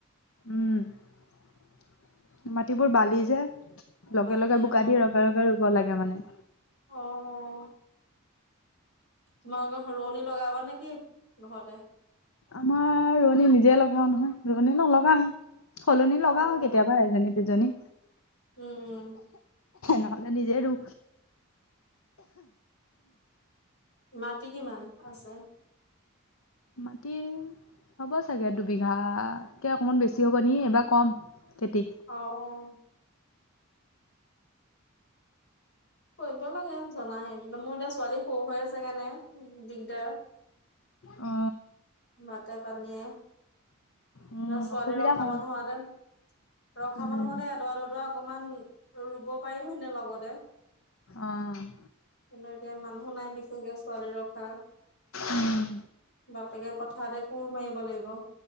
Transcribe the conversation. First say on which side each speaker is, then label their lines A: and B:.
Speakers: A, on the left (about 70°); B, on the left (about 55°).
A: উমঁ। মাটিবোৰ বালি যে লগে-লগে
B: বালি
A: বোকা
B: অ
A: দি লগে-লগে ৰুব লাগে মানে।
B: অহ', -অহ', -। তোমালোকৰ সৰোৱনি লগাব নে কি, ঘৰতে?
A: আমাৰ ৰোৱনী নিজে লগাও নহয়, ৰোৱনী নলগাওৱে। সলনি
B: অ অ
A: লগাও কেতিয়াবা এজনী-দুজনী।
B: উম উম
A: নহলে নিজে ৰো।
B: মাটি কিমান আছে?
A: মাটি হ'ব চাগে দুবিঘা-ত কে অকমান বেছি হ'ব নি এইবাৰ কম খেতি।
B: অ' অ'। কৰিব লাগে জনাহেতিনো মোৰ এতিয়া ছোৱালী সৰু হৈ আছে কাৰনে দিগদাৰ।
A: অ
B: মাতে পানীয়ে
A: উম
B: ন ছোৱালী
A: অসুবিধা
B: ৰখা
A: হয়
B: মানুহ হোৱাহেতেন, ৰখা
A: উম
B: মানু হোৱা তেন দৰা দদৰা অকমান ৰুব পাৰিলো হেনে লগতে।
A: অ'
B: কিন্তু এতিয়া মানুহ নাই বিশেষকে ছোৱালী ৰখা।
A: উম,
B: বাপেকে পথাৰতে কোৰ মাৰিব লাগিব।